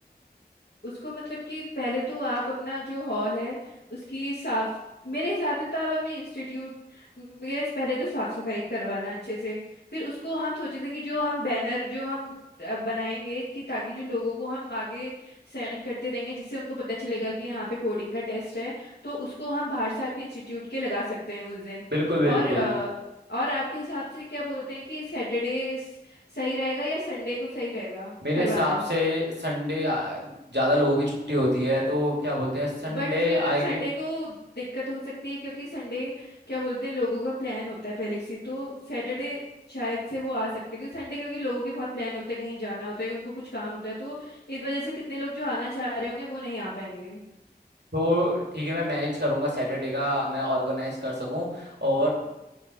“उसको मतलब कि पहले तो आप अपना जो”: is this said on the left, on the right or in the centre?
Left